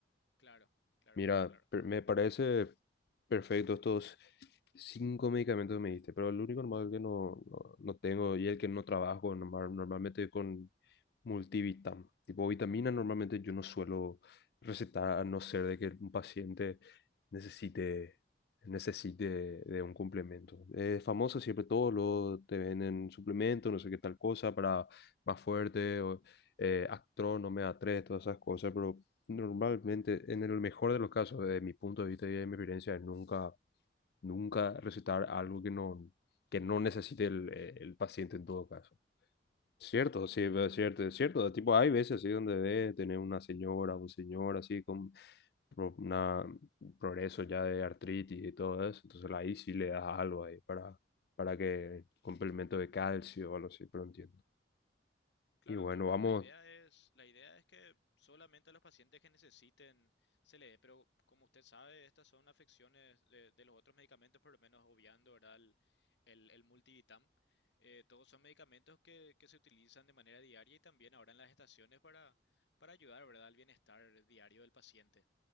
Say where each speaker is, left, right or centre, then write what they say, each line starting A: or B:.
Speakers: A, on the left; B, on the left.
A: Claro, claro,
B: Mira,
A: claro, claro.
B: per- me parece perfecto estos cinco medicamentos que me diste, pero el único normal que no, no, no tengo y el que no trabajo normal- normalmente con multivitam. Tipo vitaminas normalmente yo no suelo recetar a no ser de que un paciente necesite, necesite de un complemento. Es famoso siempre todo, lo te venden suplementos, no sé qué tal cosa, para más fuerte, o, eh, Actro, Omega 3, todas esas cosas, pero Normalmente, en el mejor de los casos, desde mi punto de vista y de mi experiencia, es nunca, nunca recetar algo que no, que no necesite el, eh, el paciente en todo caso. Cierto,
A: No, por supuesto,
B: sí, es cierto,
A: doctor, por
B: es
A: supuesto.
B: cierto. Tipo, hay veces así donde ves tener una señora, un señor así con pro- una progreso ya de artritis y todo eso. Entonces ahí sí le das algo ahí para, para que complemento de calcio o algo así, pero no entiendo.
A: Claro,
B: Y bueno,
A: doctor Long,
B: vamos
A: la idea es, la idea es que solamente a los pacientes que necesiten se le dé, pero como usted sabe, estas son afecciones de, de los otros medicamentos, por lo menos obviando, ¿verdad? El, el, el Multivitam. Eh, todos son medicamentos que, que se utilizan de manera diaria y también ahora en las estaciones para, para ayudar, ¿verdad? al bienestar diario del paciente.